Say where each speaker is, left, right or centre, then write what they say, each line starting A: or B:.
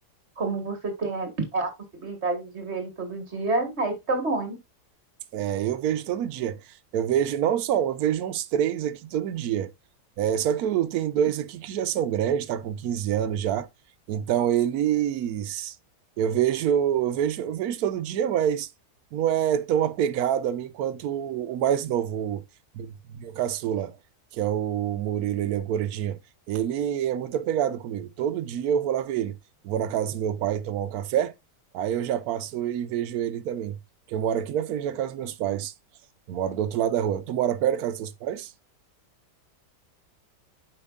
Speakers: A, on the right; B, on the right.
A: como você tem a, a possibilidade de ver ele todo dia, aí fica bom, hein?
B: É, eu vejo todo dia. Eu vejo não só um, eu vejo uns três aqui todo dia. É, só que eu tenho dois aqui que já são grandes, tá com 15 anos já. Então eles eu vejo, eu vejo, eu vejo todo dia, mas não é tão apegado a mim quanto o mais novo, o meu, meu caçula, que é o Murilo, ele é gordinho. Ele é muito apegado comigo. Todo dia eu vou lá ver ele. Vou na casa do meu pai tomar um café, aí eu já passo e vejo ele também. Porque eu moro aqui na frente da casa dos meus pais. Eu moro do outro lado da rua. Tu mora perto da casa dos teus pais?